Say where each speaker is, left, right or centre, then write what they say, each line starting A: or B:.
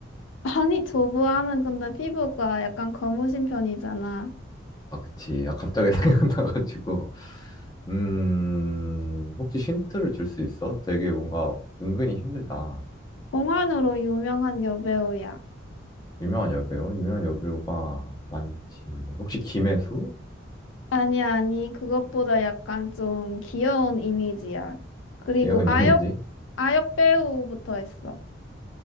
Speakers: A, on the left; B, on the left.
A: 아니, 두부암은 근데 피부가 약간 검으신 편이잖아.
B: 아, 그치. 아, 갑자기 <laughs> 생각나가지고. 음, 혹시 힌트를 줄 수 있어? 되게 뭔가 은근히 힘들다.
A: 봉환으로 유명한 여배우야.
B: 유명한 여배우? 유명한 여배우가 많지. 혹시 김혜수?
A: 아니, 아니, 그것보다 약간 좀 귀여운 이미지야. 그리고
B: 김혜수 님이지?
A: 아역, 아역 배우부터 했어.